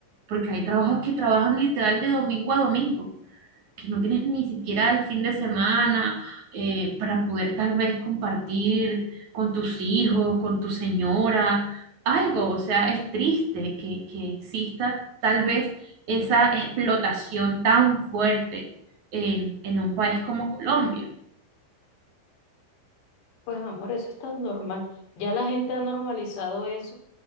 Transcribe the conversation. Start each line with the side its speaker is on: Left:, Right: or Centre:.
Right: porque hay trabajos que trabajan literal de domingo a domingo, que no tienes ni siquiera el fin de semana eh, para poder tal vez compartir con tus hijos, con tu señora, algo. O sea, es triste que, que exista tal vez esa explotación tan fuerte en, en un país como Colombia.
Left: Pues amor, eso está normal. Ya la gente ha normalizado eso,